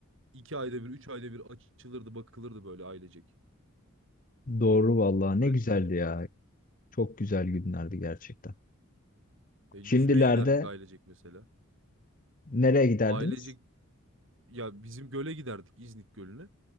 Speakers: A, on the right (about 60°); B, on the left (about 40°).
A: iki ayda bir, üç ayda bir açılırdı, bakılırdı böyle ailecek.
B: Doğru vallahi
A: Garip
B: ne güzeldi
A: zamanlardı.
B: ya. Çok güzel günlerdi gerçekten.
A: E, yüzmeye
B: Şimdilerde
A: giderdik ailecek mesela.
B: nereye giderdiniz?
A: Ailecek ya bizim göle giderdik İznik Gölü'ne.